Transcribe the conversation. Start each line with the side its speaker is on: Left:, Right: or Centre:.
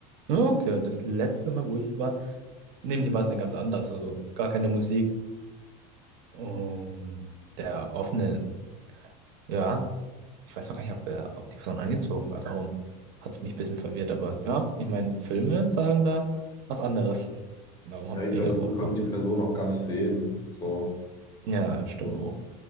Right: Okay, das letzte Mal, wo ich war, nämlich hier war es eine ganz anders, also gar keine Musik. Und der offene, ja, ich weiß auch gar nicht, ob, er, ob die Person angezogen war, darum hat es mich ein bisschen verwirrt, aber ja, ich meine, Filme sagen da was anderes. Darum hab-
Left: Ja, ich-
Right: bin
Left: also
Right: ich auch drauf
Left: wir
Right: gekommen.
Left: konnten die Person auch gar nicht sehen. So,
Right: Ja, stimmt
Left: so.
Right: auch.